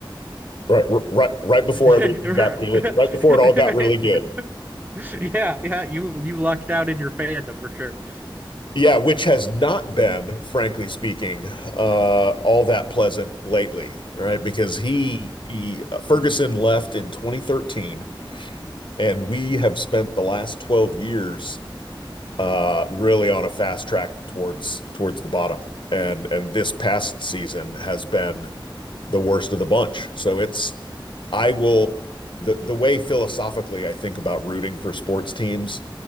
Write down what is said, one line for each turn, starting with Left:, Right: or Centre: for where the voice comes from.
Left: Right, r- right, right
Right: <laughs>
Left: before everything got really, right before it all got really good.
Right: Yeah, yeah, you you lucked out in your fandom for sure.
Left: Yeah, which has not
Right: <laughs>
Left: been, frankly speaking, uh, all that pleasant lately, right? Because he, he uh, Ferguson left in 2013 And we have spent the last 12 years uh, really on a fast track towards towards the bottom. And and this past season has been the worst of the bunch. So it's I will the the way philosophically I think about rooting for sports teams,